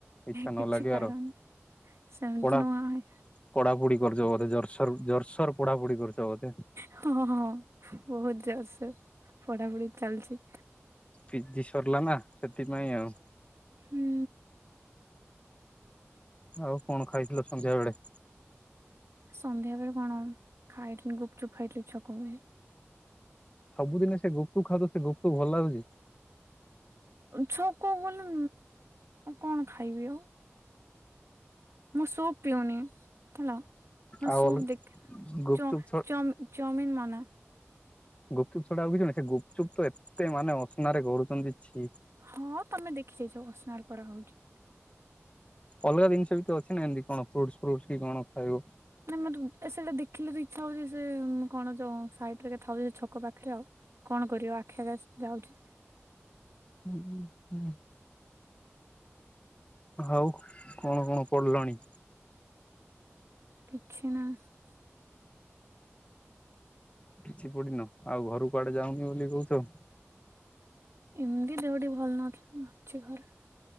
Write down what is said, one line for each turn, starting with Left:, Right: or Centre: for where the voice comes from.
Left: ଇଚ୍ଛା ନ
Right: କିଛି
Left: ଲାଗିବାର।
Right: କାରଣ ସେମିତି
Left: ପଢା
Right: ନାହିଁ
Left: ପଢାପଢି କରୁଛ ବୋଧେ ଜରସୋର ଜୋରସୋର ପଢାପଢି କରୁଛ ବୋଧେ
Right: ହଁ ହଁ ବହୁତ ଜୋରସ ପଢାପଢି ଚାଲିଛି।
Left: ପଜିି ସରିଲା ନା ସେଥିପାଇଁ ଆଉ।
Right: ହୁଁ
Left: ଆଉ କଣ ଖାଇଥିଲ ସନ୍ଧ୍ୟା ବେଳେ?
Right: ସନ୍ଧ୍ୟା ବେଳେ କଣ ଖାଇଥିଲି? ଗୁପଚୁପ ଖାଇଥିଲି ଛକକୁ ଯାଇ।
Left: ସବୁଦିନ ସେ ଗୁପୁଚୁପ୍ ଖାଉଛ ସେ ଗୁପଚୁପ ଭଲ ଲାଗୁଛି?
Right: ଛକ କୁ ଗଲେ କଣ ଖାଇବି ଆଉ? ମୁଁ ସୁପ୍ ପିଉନି ହେଲା। ମୁଁ
Left: ଆଉ
Right: ସୁପ୍ ଦେଖ
Left: ଗୁପଚୁପ
Right: ଚ ଚ ଚାଉମିନ ମନା।
Left: ଗୁପଚୁପ ଛଡା ଆଉ କଛି ନାହିଁ ସେ ଗୁପଚୁପ ତ ଏତେ ମାନେ ଅସନାରେ କରୁଛନ୍ତି ଛି।
Right: ହଁ ତମେ ଦେଖି ଯାଇଛ ଅସନାରେ କରା ହଉଛି।
Left: ଅଲଗା ଜିନିଷ ବି ତ ଅଛି ନା ଏମିତି କଣ ଫ୍ରୁଟସ ଫ୍ରୁଟସ କି କଣ ଖାଇବ।
Right: ନା ମତେ ଏ ସେଇଟା ଦେଖିଲେ ତ ଇଚ୍ଛା ହଉଛି ସେ କଣ ଯ ସାଇଟ ରେ ଆକା ଥାଉଛି ସେ ଛକ ପାଖରେ ଆଉ କଣ କରିବ ଆଖି ଆଗରେ ସେ ଯାଉଛି।
Left: ହୁଁ ହୁଁ ଆଉ କଣ କଣ ପଡିଲଣି?
Right: କିଛି ନାହିଁ।
Left: କିଛି ପଢିନ ଆଉ ଘରୁ କୁଆଡେ ଯାଉନି ବୋଲି କହୁଛ।
Right: ଏମିତି ଦେହ ଟିକେ ଭଲ ନଥିଲା ଅଛି ଘରେ